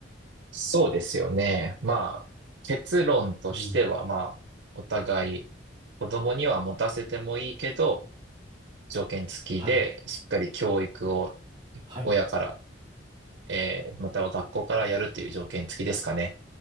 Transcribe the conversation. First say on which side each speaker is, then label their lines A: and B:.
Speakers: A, on the right; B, on the right.
A: そうですよね。まあ、結論としては、
B: うん。
A: まあ、お互い子供には持たせてもいいけど、条件付きで、
B: はい。
A: しっかり教育を
B: はい。
A: 親から、えーまたは学校からやるという条件付きですかね。